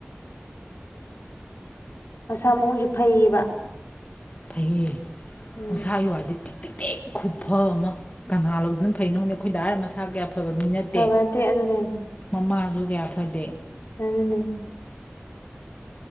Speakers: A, on the left; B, on the left.
A: ꯃꯁꯥ ꯃꯎꯖꯨ ꯐꯩꯌꯦꯕ
B: ꯐꯩꯌꯦ
A: ꯎꯝ
B: ꯃꯁꯥꯒꯤ ꯋꯥꯗꯤ ꯇꯤꯛ ꯇꯤꯛ ꯈꯨꯐ ꯑꯃ ꯀꯅꯥ ꯂꯧꯗꯨꯅ ꯐꯩꯅꯣ ꯈꯪꯗꯦ ꯑꯈꯣꯏ ꯗꯥ ꯍꯥꯏꯔꯦ ꯃꯁꯥ ꯀꯌꯥ ꯐꯕ ꯃꯤ ꯅꯠꯇꯦ
A: ꯐꯕ ꯑꯗꯨꯅꯦ
B: ꯃꯃꯥ ꯖꯨ ꯀꯌꯥ ꯐꯗꯦ
A: ꯑꯗꯨꯅꯦ